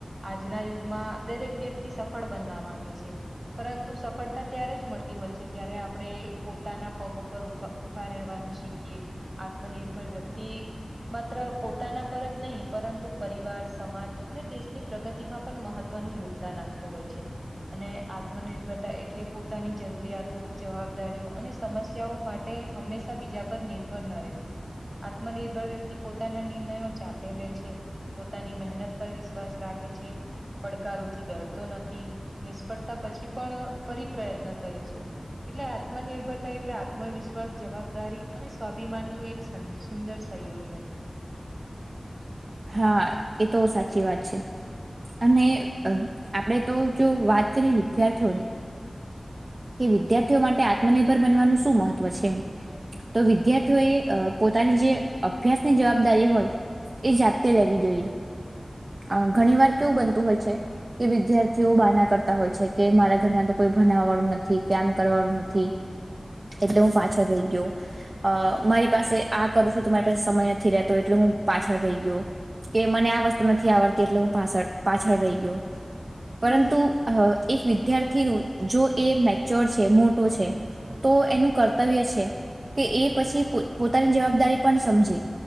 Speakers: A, on the right; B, on the right.
A: આજના યુગમાં દરેક વ્યક્તિ સફળ બનવા માંગે છે. પરંતુ સફળતા ત્યારે જ મળતી હોય છે. જયારે આપણે પોતાના પગ ઉપ પર ઉભા રહેવાનું શીખીએ આત્મનિર્ભર વ્યક્તિ માત્ર પોતાના પર જ નહીં પરંતુ પરિવાર સમાજ અને દેશની પ્રગતિમાં પણ મહત્વનું યોગદાન આપે હોય છે અને આત્મનિર્ભરતા એટલે પોતાની જરૂરિયાતો જવાબદારીઓ અને સમસ્યાઓ માટે હંમેશા બીજા પર નિર્ભર ન રહેવું. આત્મનિર્ભર વ્યક્તિ પોતાના નિર્ણયો જાતે લે છે. પોતાની મહેનત પર વિશ્વાસ રાખે છે. પડકારોથી ડરતો નથી નિષ્ફળતા પછી પણ ફરી પ્રયત્ન કરે છે. એટલે આત્મનિર્ભરતા એટલે આત્મવિશ્વાસ જવાબદારી અને સ્વાભિમાનનું એક સુંદર સંયોજન
B: હા એતો સાચી વાત છે. અને અ આપણેે તો જો વાત કરી વિદ્યાર્થીઓની કે વિદ્યાર્થીઓ માટે આત્મનિર્ભર બનવાનું શું મહત્વ છે? તો વિદ્યાર્થીઓએ અ પોતાની જે અભ્યાસની જવાબદારી હોય એ જાતે લેવી જોઈએ. અ ઘણી વાર કેવું બનતું હોય છે કે વિદ્યાર્થીઓ બાના કરતા હોય છે કે મારા ઘર માં તો કોઈ ભનાવાવાળું ન થી કે આમ કરવાનું નથી એટલે હું પાછળ રહી ગયો અ મારી પાસે આ કરું છું તો મારી પાસે સમય નથી રહેતો એટલે હું પાછળ રહી ગયો. કે મને આ વસ્તુ નથી આવડતી એટલે હું પાછળ પાછળ રહી ગયો. પરંતુ એક વિદ્યાર્થીનું જો એ મેચ્યોર છે મોટો છે, તો એનું કર્તવ્ય છે કે એ પછી પોતાની જવાબદારી પણ સમજે